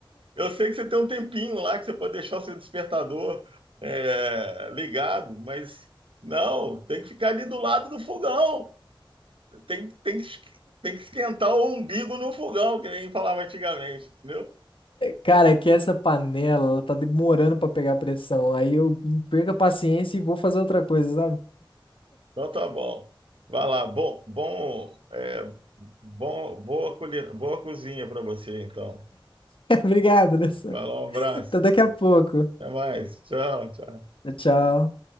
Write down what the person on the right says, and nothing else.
eu sei que você tem um tempinho lá que você pode deixar o seu despertador é, ligado, mas não, tem que ficar ali do lado do fogão. Tem, tem, que es- tem que esquentar o umbigo no fogão, que nem falava antigamente, entendeu?
Então tá bom. Vai lá. Bom, bom, é, bom, boa, colhe- boa cozinha para você, então.
Vai lá, um abraço.
Até mais. Tchau, tchau.